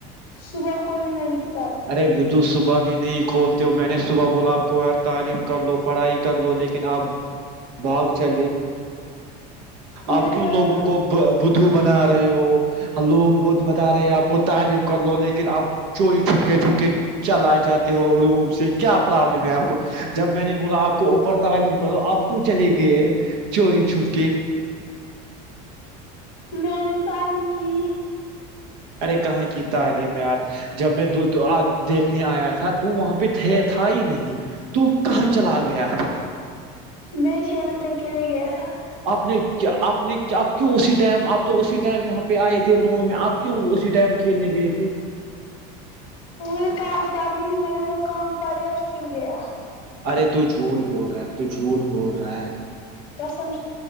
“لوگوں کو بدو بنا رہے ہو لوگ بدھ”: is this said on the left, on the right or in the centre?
Right